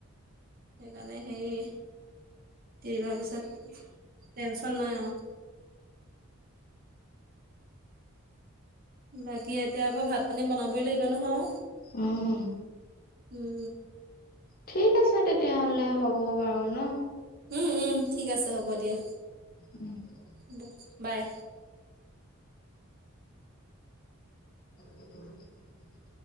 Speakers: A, on the right; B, on the left.
A: সেইকাৰণে সেই তিনিমাহ পিছত টেনচন নাই আৰু বাকী এতিয়া আকৌ ভাত পানী বনাবই লাগিব নহয়
B: উম
A: উম
B: ঠিক আছে তেতিয়াহ'লে হ'ব বাৰু ন
A: উম উম ঠিক আছে হ'ব দিয়া
B: উম
A: হ'ব বাই
B: <inaudible>